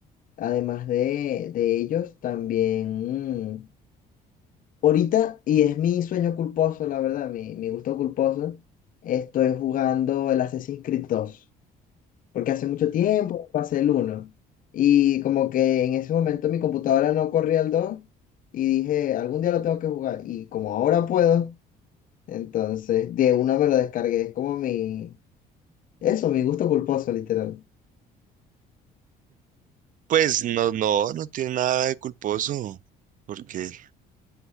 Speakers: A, on the left; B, on the right.
A: Además de, de ellos, también... Ahorita, y es mi sueño culposo, la verdad, mi, mi gusto culposo, estoy jugando el Assassin's Creed 2 porque hace mucho tiempo pasé el uno y como que en ese momento mi computadora no corría el 2 y dije, algún día lo tengo que jugar, y como ahora puedo, entonces de una me lo descargué, es como mi, eso, mi gusto culposo, literal.
B: Pues no, no, no tiene nada de culposo, porque